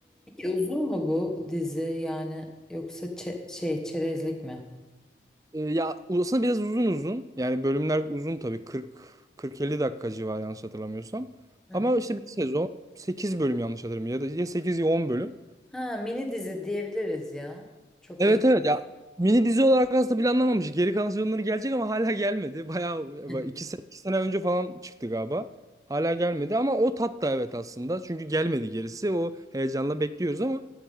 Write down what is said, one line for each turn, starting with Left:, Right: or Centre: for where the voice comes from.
Centre: Peki uzun mu bu dizi yani yoksa çe- şey çerezlik mi?
Right: e, ya aslında biraz uzun uzun. Yani bölümler uzun tabii. 40 40-50 dakika civarı yanlış hatırlamıyorsam.
Centre: Hı.
Right: Ama işte bir sezon 8 bölüm yanlış hatırlamıyorum ya da ya 8 ya 10 bölüm.
Centre: Ha mini dizi diyebiliriz ya. Çok
Right: Evet
Centre: da
Right: evet ya mini dizi olarak aslında planlanmamış. Geri kalan sezonları gelecek ama hala gelmedi. Bayağı
Centre: <laughs>
Right: iki, se- iki sene önce falan çıktı galiba. Hala gelmedi ama o tat da evet aslında. Çünkü gelmedi gerisi. O heyecanla bekliyoruz ama